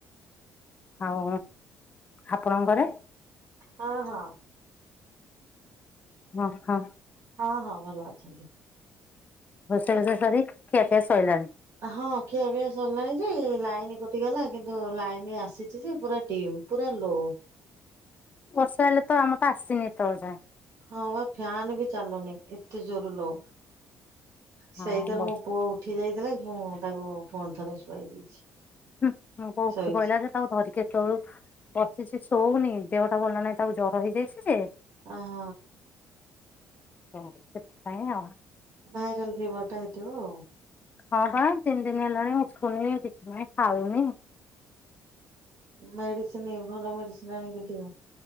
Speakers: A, on the left; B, on the right.
A: ଆଉ ଆପଣଙ୍କ ଘରେ?
B: ହଁ ହଁ।
A: ହଁ ହଁ।
B: ହଁ ହଁ ଭଲ ଅଛନ୍ତି।
A: ରୋଷେଇ ବାସ ସରି ଖିଆ ପିଆ ସରିଲାଣିି।
B: ହଁ ଖିଆ ପିଆ ସରିଲାଣି ଯେ, ଲାଇନ କୋଟି ଗଲା, କିନ୍ତୁ ଲାଇନ ଆସିଛି ଯେ ପୁରା ଡିମ। ପୁରା ଲୋ।
A: ବର୍ଷା ହେଲେ ତ ଆମର ତ ଆସିନି ଏତବେଳେ ଯାଏଁ।
B: ହଁ ବା ଫ୍ୟନ୍ ବି ଚାଲୁନି ଏତେ ଜୋର ଲୋ। ସେଇଥିର
A: ହଁ ବ
B: ମୋ ପୁଅ ଉଠି ଯାଇଥିଲା ମୁଁ ତାକୁ ପୁଣିଥରେ ଶୁଆଇ ଦେଇଛି।
A: ହୁଁ ମୁଁ ପୁଅ ଓଠି
B: ଶୋଇଛି।
A: ପଇଲା ଯେ ତାକୁ ଧରିକି ଏତେବେଳୁ ବସିଛି ଶଉନି ଦେହଟା ଭଲ ନାଇଁ ତାକୁ ଜର ହେଇଯାଇଛି ଯେ
B: ଅ ହ।
A: ହ ସେଥିପାଇଁ ଆଉ।
B: ଭାଇରଲ ଫିଭର ଟା ହେଇଥିବ ଆଉ।
A: ହଁ ବା ତିନି ଦିନ ହେଲାଣି ଉଠୁନି କିଛି ନାଇଁ ଖାଉନି।
B: ମେଡିସିନ ଭଲ ମେଡିସିନ ଆଣିକି ଦିଅ।